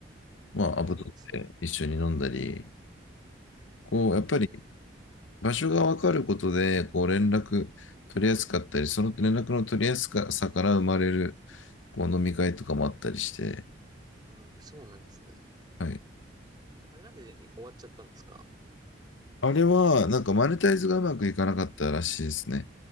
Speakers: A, on the left; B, on the right.
A: まあ、
B: そうなんです
A: アポ取って一緒に飲んだり、こう、やっぱり
B: ね。えー、
A: 場所が分かることで、こう連絡取りやすかったり、その連絡の取りやすさから生まれる、こう飲み会とかもあったりして、
B: あー、そうなんですね。
A: はい。
B: あれなんでい終わっちゃったんですか
A: あれは、なんかマネタイズがうまくいかなかったらしいですね。